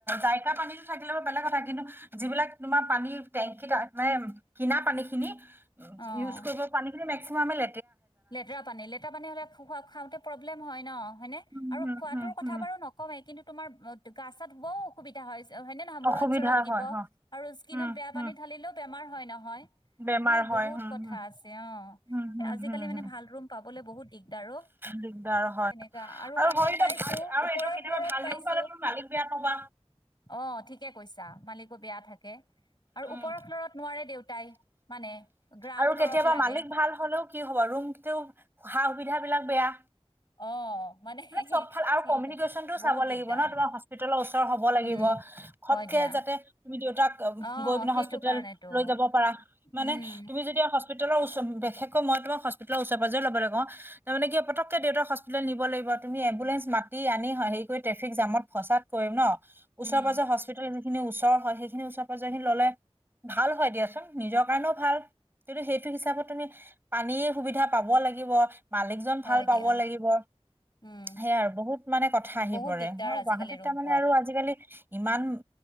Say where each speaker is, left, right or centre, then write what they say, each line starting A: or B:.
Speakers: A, on the right; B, on the left.
A: দাইকা পানীতো থাকিলে ব বেলেগ কথা কিন্তু যিবিলাক তোমাৰ পানী টেংকীিত মানে কিনা পানী খিনি উ
B: অ'।
A: ইউজ কৰিব পানীখিনি ম আমেল
B: লেতেৰা পানী লেতেৰা পানী হ'লে খ খাওঁতে প্ৰব্লেম হয় ন হয়নে
A: উম
B: আৰু
A: হুম
B: খোৱাাতটো
A: হুম
B: কথা
A: হুম
B: বাৰু নকমেই কিন্তু তোমাৰ গাছত ব অসুবিধা হয় হয়নেে নহয় মৰত
A: অসুবিধা
B: চ দিব
A: হয় হ
B: আৰু স্কত
A: উম
B: বে
A: হম
B: পানী ঢালিলেও বেমাৰ হয় নহয়
A: বেমাৰ
B: সেই
A: হয়
B: বহুত
A: হম
B: কথা
A: হম
B: আছে অ
A: হম হম
B: আজি
A: হম
B: ব অ বেয়া
A: হম দিগদাৰ হয় আৰু হয় এতিয়া ভাল আৰু এইটো কেতিয়াবা ভাল ৰুম পালে তুমি মালিক বেয়া পাবা
B: থাকে আৰু
A: উম
B: ওপৰৰ ফ্লৰত নোৱাৰে দেউতাই মানে গ্ৰাউণ্ড
A: আৰু
B: ফ্ল'ৰত
A: কেতিয়াবা
B: লাগে
A: মালিক ভাল হলেও কি হ'ব ৰুম টো সা সুবিধা বিলাক বেয়া
B: অ
A: মানে চব ভাল আৰু
B: সেইটো
A: কমিউনিকেশ্যনতটো
B: বহুত
A: চাব
B: দিগদাৰ
A: লাগিব ন তোমাৰ হস্পিতেেলৰ ওচৰ হব লাগিব
B: উম
A: সবকে
B: হয় দিয়া
A: যাতে তুমি দেউতাক
B: অ
A: গৈ পিনে
B: সেইটো
A: হস্পিতেেল
B: কাৰণেতো
A: লৈ যাব পাৰা মানে
B: উম
A: তুমি যদি হস্পৰওচ বিশেষকৈ মই তোম হ্পিালৰ ওচ পৰে লব ল গওঁ তাৰ মে কি পকে দেউতাক হস্পিতেেল নিব লাগিব তুমি এম্বুলেন্ঞ্চ মাতি আনি হেৰি কৰি ট্ৰেফিক জামত ফচাত কৰিম ন।
B: উম
A: ওচৰ পাজৰ হস্পিটেল স খিনি ওচৰ হয়, সেইখিনি ওচৰ পৰায় খিন ললে ভাল হয় দিয়াচোন, নিজৰ কাৰণেও ভাল <inaudible> সেইটো হিচাপত তুমি পানীৰ সুবিধা পাব লাগিব মালিকজন
B: হয়
A: ভাল পাব
B: দিয়া
A: লাগিব
B: উম
A: সেয়া আৰু বহুত মানে কথা আহি
B: বহুত
A: পৰে,
B: দিগদাৰ আজিকালি
A: গুৱাহাটীত
B: ৰুম
A: তাৰমানে
B: পোৱাত
A: আৰু আজিকালি ইমান